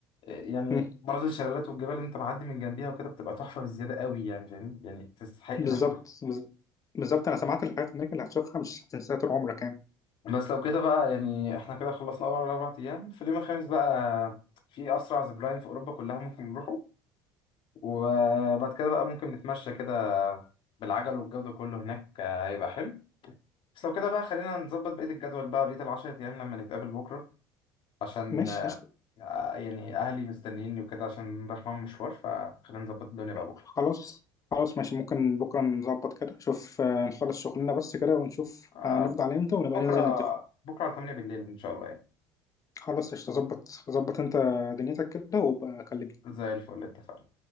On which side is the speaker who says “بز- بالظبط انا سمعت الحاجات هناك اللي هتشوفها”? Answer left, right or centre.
Left